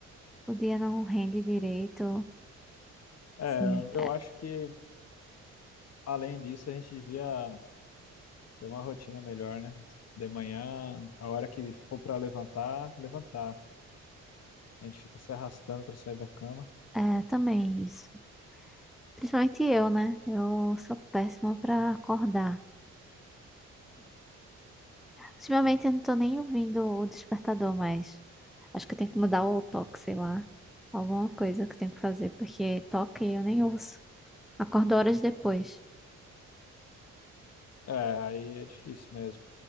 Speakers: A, in the centre; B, on the left (about 55°).
A: o dia não rende direito.
B: É,
A: Sim,
B: eu eu
A: é,
B: acho que, além disso, a gente devia. Ter uma rotina melhor, né? De manhã, a hora que for pra levantar, levantar. A gente fica se arrastando pra sair da cama.
A: é também isso. Principalmente eu, né? Eu sou péssima pra acordar. Ultimamente eu não tô nem ouvindo o despertador mais. Acho que eu tenho que mudar o toque, sei lá. Alguma coisa que eu tenho que fazer, porque toque eu nem ouço. Acordo horas depois.
B: É, aí é difícil mesmo.